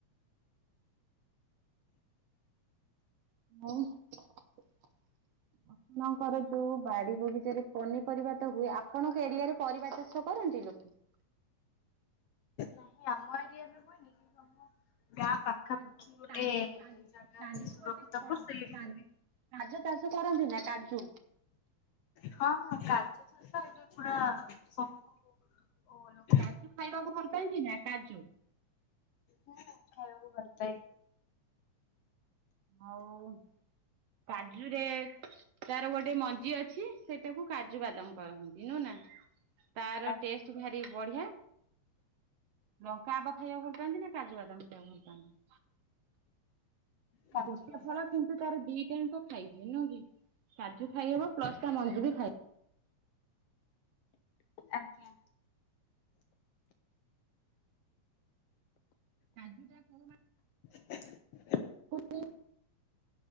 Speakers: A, on the right; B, on the left.
A: ଆଉ। କଣ କରୁଚୁ?
B: କାହିଁ ଆମ ଏରିଆରେ ହୁଏନି କି? <inaudible> ପାଖାପାଖି
A: କାଜୁ
B: ଗୋଟେ
A: କାଜୁ କାଜୁ
B: ଜାଗା
A: କାଜୁ
B: ଅଛି, ସୁୁରପୁତାପୁର
A: ଗୋଟେ ଫଳ
B: ସେଇଠି
A: କାଜୁ
B: ହୁଏ।
A: କାଜୁ ଚାଷ କରନ୍ତି। ନା କାଜୁ?
B: ହଁ ହଁ କାଜୁ ଚାଷ ଏଠି ପୁରା ସବୁ ଓଲୋ।
A: କାଜୁ ଖାଇବାକୁ ଭଲ ପାଆନ୍ତି ନା, କାଜୁ?
B: ହଁ ଖାଇବାକୁ ଭଲ ପାଏ।
A: ଆଉ କାଜୁରେ ତାର ଗୋଟେ ମଞ୍ଜି ଅଛି ସେ ସେ ତାକୁ କାଜୁବାଦାମ କହନ୍ତି ନୁହେଁ ନା ତାର
B: ଆଜ୍ଞା
A: ଟେଷ୍ଟ ଭାରି ବଢିଆ। ଲଙ୍କାଆମ୍ବ ଖାଇବାକୁ ଭଲ ପାଆନ୍ତି ନା କାଜୁବାଦାମ ଖାଇବାକୁ ଭଲ ପାଆନ୍ତି?
B: କାଜୁ
A: <inaudible>
B: ବାଦାମ
A: କିନ୍ତୁ ତାର ଦିଟାଯାଙ୍କ ଖାଇ ହୁଏ ନୁହୁଁ କି, କାଜୁ ଖାଇହବ ପ୍ଲସ ତା ମଞ୍ଜି ବି ଖାଇ
B: ଆଜ୍ଞା।
A: କାଜୁ ଟା କୋଉ ମା
B: <unintelligible>
A: <unintelligible>